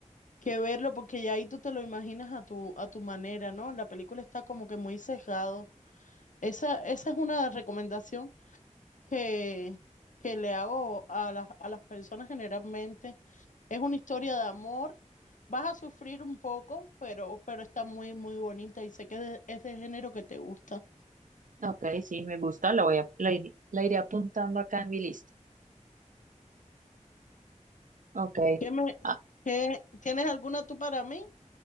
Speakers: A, on the left; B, on the right.
A: que verlo porque ya ahí tú te lo imaginas a tu, a tu manera, ¿no? En la película está como que muy sesgado. Esa, esa es una recomendación que, que le hago a las, a las personas generalmente. Es una historia de amor. Vas a sufrir un poco, pero, pero está muy, muy bonita y sé que de- es del género que te gusta.
B: ok, sí, me gusta, la voy a, la iré, la iré apuntando acá en mi lista. Ok.
A: ¿Qué me,
B: Ah,
A: ¿Qué- ¿Tienes alguna tú para mí?